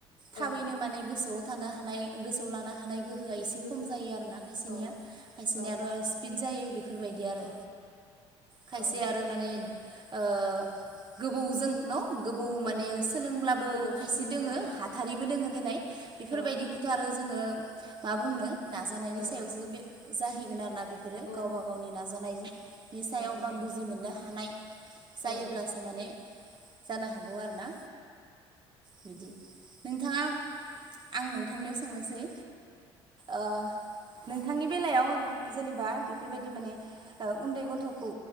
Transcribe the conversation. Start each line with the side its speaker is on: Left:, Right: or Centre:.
Right: थाबैनो
Left: औ
Right: माने गोसोआव थानो हानाय गोसोआव लानो हानाय गोहो गोहोआ एसे
Left: गोहो
Right: खम जायो आरो ना खायसेनिया
Left: औ
Right: खायसेनिया
Left: औ
Right: आरो' स्पिड जायो बेफोरबायदि आरो।
Left: औ
Right: खायसे
Left: औ
Right: आरो माने ओ गोबौजों न' गोबौ
Left: औ
Right: माने सोलोंब्लाबो
Left: गोबाव
Right: खायसे
Left: समजों
Right: दोङो
Left: औ
Right: हाथारिबो दोङो देनाय बेफोरबायदिखौथ'
Left: औ
Right: आरो जोङो मा बुंनो नाजानायनि
Left: औ
Right: सायावसो बे जाहैगोन आरो ना बेफोरो
Left: औ
Right: गावबा गावनि नाजानायनि सायाव
Left: औ
Right: बा
Left: औ
Right: बुजि मोननो हानाय जायोब्लासो
Left: औ
Right: माने जानो हागौ आरो ना बिदि नोंथाङा आं नोंथांनियाव सोंनोसै ओ नोंथांनि बेलायाव जेनेबा बेफोरबायदि माने उन्दै गथ'खौ